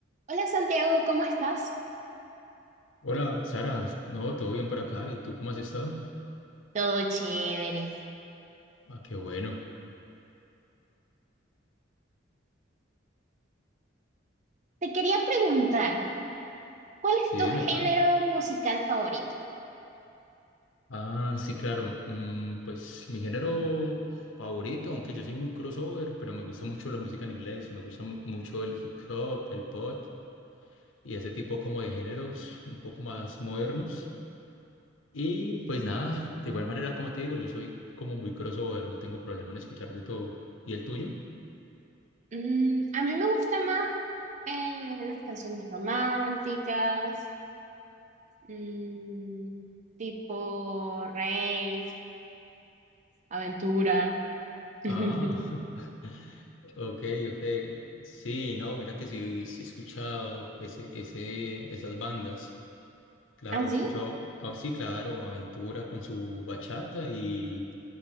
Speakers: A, on the right (about 40°); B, on the left (about 90°).
A: Hola Santiago, ¿cómo estás?
B: Hola, Sara. No, todo bien por acá. ¿Y tú cómo has estado?
A: Todo chévere.
B: Ah, qué bueno.
A: Te quería preguntar, ¿cuál
B: Sí,
A: es tu
B: dime, claro.
A: género musical favorito?
B: Ah, sí, claro. Mm, pues mi género favorito, aunque yo soy muy crossover, pero me gusta mucho la música en inglés. Me gusta mu- mucho el hip hop, el pop y ese tipo como de géneros un poco más modernos. Y pues nada, de igual manera, como te digo, yo soy como muy crossover. No tengo problema en escuchar de todo. ¿Y el tuyo?
A: Mm, a mí me gustan más eh, las canciones románticas, mm, tipo rey, aventura. <laughs>
B: Ah, <laughs> ok, ok. Sí, no, mira que sí, sí he escuchado ese, ese, esas bandas. Claro,
A: ¿Así?
B: he escuchado, ah, sí, claro, Aventura con su bachata y,